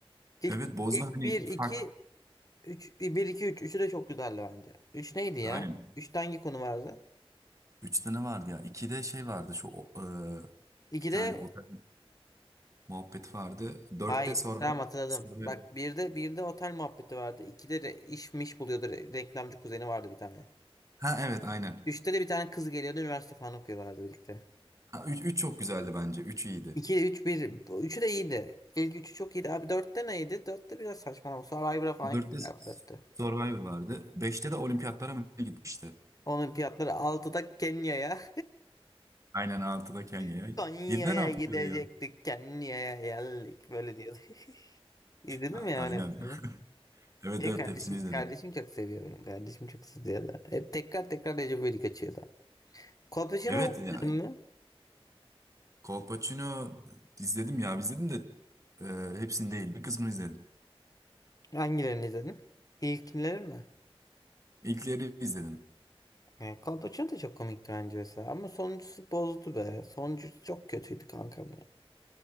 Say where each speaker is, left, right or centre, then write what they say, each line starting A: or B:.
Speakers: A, on the left; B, on the right.
A: İlk,
B: Evet Boz'da
A: ilk
B: hani
A: 1, 2,
B: fark
A: 3, 1, 2, 3. Üçü de çok güzeldi bence. 3 neydi ya?
B: aynen.
A: 3'te hangi konu vardı?
B: Üç tane vardı ya. İkide şey vardı şu o- e,
A: İkide.
B: bir tane otel muhabbeti vardı. Dörtte
A: Hayır.
B: Survivor.
A: Tamam hatırladım.
B: Survivor.
A: Bak bir de bir de otel muhabbeti vardı. İkide de iş miş buluyordu. Re- Reklamcı kuzeni vardı bir tane.
B: Ha evet aynen.
A: Üçte de bir tane kız geliyordu. Üniversite falan okuyorlardı birlikte.
B: Ha, üç, üç çok güzeldi bence. Üç iyiydi.
A: İki, üç, bir. Bu Üçü de iyiydi. İlk üçü çok iyiydi. Abi dörtte neydi? Dörtte biraz saçmalama. Survivor'a falan
B: Dörtte
A: gittik abi dörtte.
B: Survivor vardı. Beşte de olimpiyatlara mı ne gitmişti?
A: Onun fiyatları altıda Kenya'ya.
B: Aynen altıda Kenya'ya.
A: <laughs> Konya'ya
B: Yedide ne yapıyordu
A: gidecektik.
B: ya?
A: Kenya'ya geldik. Böyle diyordu. <laughs> İzledin
B: Ha,
A: mi ya
B: aynen.
A: onun hepsini?
B: <laughs> Evet
A: Benim
B: evet
A: kardeşim,
B: hepsini izledim.
A: kardeşim çok seviyor benim. Kardeşim çok seviyor da. Hep tekrar tekrar Recep İvedik açıyordu. Kolpaçino'yu
B: Evet ya
A: izledin mi?
B: Kolpaçino izledim ya izledim de e, hepsini değil bir kısmını izledim.
A: Hangilerini izledin? İlkleri mi?
B: İlkleri izledim.
A: Yani Kolpaçino da çok komikti bence mesela. Ama sonuncusu bozdu be. Sonuncusu çok kötüydü kankam ya.